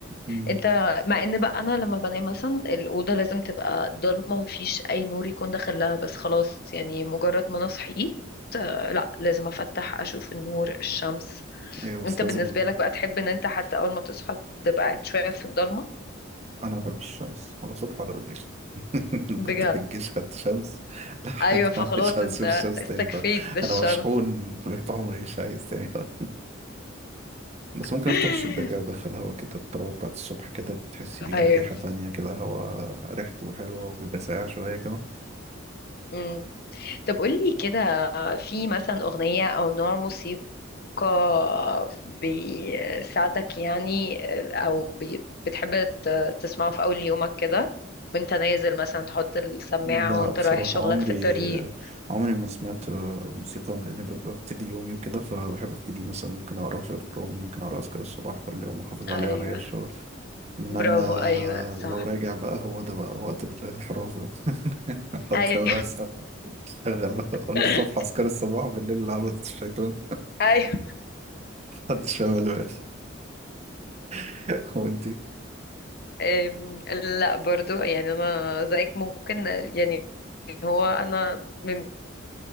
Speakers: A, on the right (about 35°); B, on the left (about 50°).
A: امم
B: انت مع ان بقى انا لما بنام مثلا الاوضه لازم تبقى ضلمه ومفيش اي نور يكون داخلها بس خلاص يعني مجرد ما انا صحيت آه، لا لازم افتح اشوف النور الشمس
A: ايوه بس
B: انت
A: لازم
B: بالنسبه لك بقى تحب ان انت حتى اول ما تصحى تبقى قاعد شويه في الضلمه
A: انا ما بحبش الشمس ولا صبح ولا بالليل <laughs>
B: بجد
A: كنت في الجيش خدت شمس <laughs> لحد
B: ايوه فخلاص
A: ما مش هشوف
B: انت
A: الشمس
B: استكفيت
A: تاني خالص
B: بالشمس
A: انا مشحون بقيت عمري مش عايز تاني خالص بس
B: <laughs>
A: ممكن افتح الشباكة وادخل هوا كده التراب بتاعت الصبح كده بتحسي ليها
B: ايوه
A: ريحة تانية كده هوا ريحته حلوة وبيبقى ساقع شوية كده
B: مم. طب قولي كده في مثلا اغنيه او نوع موسيقى آه، بيساعدك يعني آه، او بي- بتحب ت- تسمعه في اول يومك كده وانت نازل مثلا تحط السماعة
A: لا
B: وانت
A: بصراحة
B: رايح شغلك
A: عمري
B: في الطريق
A: عمري ما سمعت آه، موسيقى لأن ببقى ببتدي يومي وكده فبحب أبتدي مثلا ممكن أقرأ شوية قرآن ممكن أقرأ أذكار الصباح كل يوم أحافظ
B: ايوه
A: عليها وأنا جاي الشغل إنما
B: برافو ايوه صح
A: لو راجع بقى هو ده بقى وقت الانحراف بقى. <laughs> أحط
B: ايوه
A: بس أشغل بقى.
B: <laughs>
A: وأنا الصبح أذكار الصباح بالليل لعبة الشيطان
B: ايوه
A: محدش فاهم اللي <laughs> هو أنتي
B: أم، لا برضو يعني انا زيك ممكن يعني هو انا من